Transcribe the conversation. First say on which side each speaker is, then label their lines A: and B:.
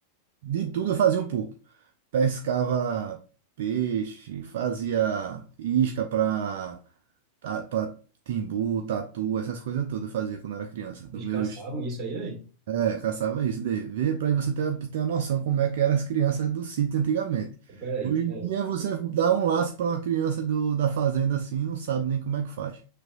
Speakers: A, on the right; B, on the right.
A: De tudo eu fazia um pouco. Pescava peixe, fazia isca pra, ta- pra timbu, tatu, essas coisas todas eu fazia quando eu era criança. Dos
B: vocês
A: meus
B: caçavam isso aí, velho?
A: É, caçava isso daí. Vê para você ter, ter uma noção como é que eram as crianças do sítio antigamente.
B: Peraí,
A: Hoje
B: peraí.
A: em dia você dá um laço para uma criança do, da fazenda assim, não sabe nem como é que faz.